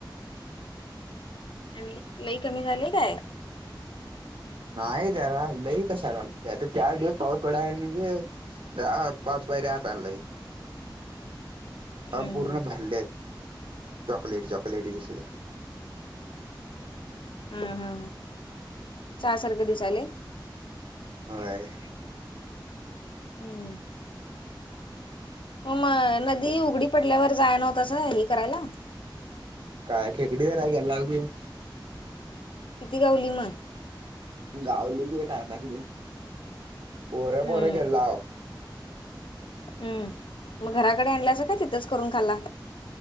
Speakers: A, on the left (about 85°); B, on the right (about 90°).
A: आणली लई कमी झालीयं काय?
B: नाय जरा लई कशाला आता चार दिवस पाऊस पडाला म्हणजे त्यात पाच पायऱ्या आता आणलय. पंप
A: हम्म
B: पूर्ण
A: हम्म.
B: भरले आहे चॉकलेटी चॉकलेटी दिसले.
A: अ ह हा चहा सारखं दिसायलेय?
B: व्हय
A: हम्म. ओ मय नदी उघडी पडल्यावर जायनो तसं हे करायला.
B: काय खेकडे वर आहे गेलाग बी आहे.
A: किती गावली म?
B: गावली की एखादा कीडं पोरं-पोरं
A: हम्म
B: गेल्लाव.
A: उम मग घराकडे आणल्याचं का तिथंच करून खाल्ला?